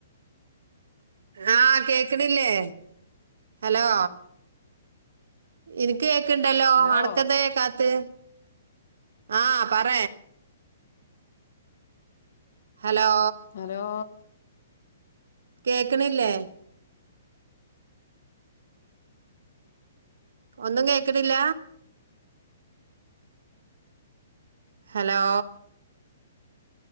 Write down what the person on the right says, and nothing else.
ആഹ് കേക്കണില്ലേ ഹലോ എനിക്ക് കത്തിയ ഒക്ക ഉണ്ടല്ലോ
അടക്കന്ത
കാത്ത് ആഹ പറ ഹലോ
കേക്കണില്ലേ ഒന്നും കേക്കടില്ല ഹലോ